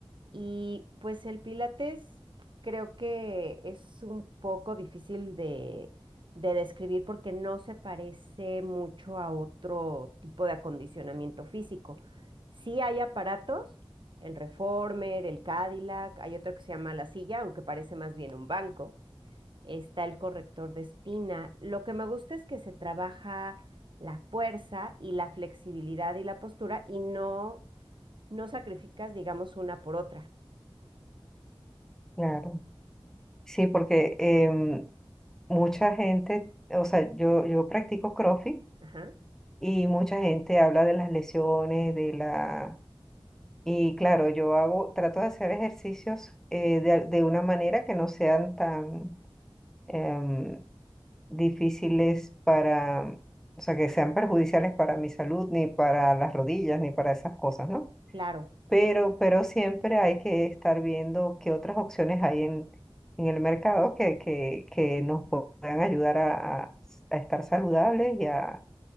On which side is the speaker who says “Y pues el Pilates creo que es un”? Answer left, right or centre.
Right